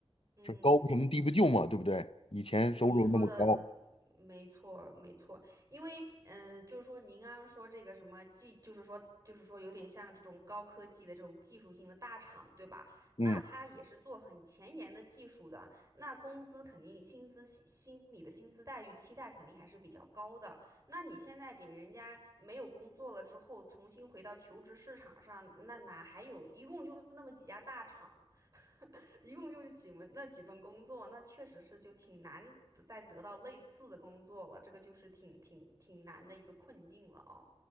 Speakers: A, on the right; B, on the left.
A: 嗯。
B: 是高不成低不就嘛，对不对？以前收入那么高。
A: 嗯您说的嗯没错，没错，因为嗯、呃就是说您刚刚说这个什么技，就是说就是说有点像这种高科技的这种技术性的大厂，对吧？那他也是做很前沿的技术的，
B: 嗯。
A: 那工资肯定薪资心里的薪资待遇期待肯定还是比较高的。那你现在给人家没有工作了之后，重新回到求职市场上，那哪还有？一共就那么几家大厂，<laughs> 一共就是几份那几份工作，那确实是就挺难再得到类似的工作了，这个就是挺挺挺难的一个困境了哦。